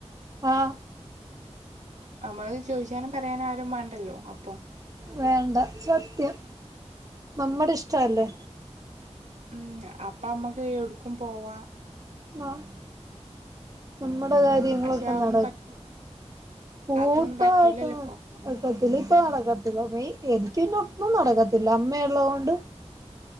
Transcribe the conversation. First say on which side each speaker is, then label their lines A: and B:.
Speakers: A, on the right; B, on the right.
A: ആഹ്.
B: നമ്മള് ചോയിച്ചാനും പറയാനും ആരും മാണ്ടല്ലോ അപ്പം.
A: വേണ്ട. സത്യം നമ്മടെ ഇഷ്ടവല്ലേ.
B: ഉം അപ്പ അമ്മക്ക് എട്ക്കും പോവാ.
A: ആഹ് നമ്മടെ കാര്യങ്ങളൊക്കെ
B: പക്ഷെ അതൊന്നും
A: നടക്കും.
B: പ
A: കൂട്ടവായിട്ട്
B: അതൊന്നും പറ്റൂലല്ലോ
A: നടക്കത്തില്ലാ
B: ഇപ്പൊ
A: ഇപ്പ നടക്കത്തില്ല മെയിൻ എനിക് പിന്നെ ഒന്നും നടക്കത്തില്ല അമ്മയുള്ളത് കൊണ്ട്.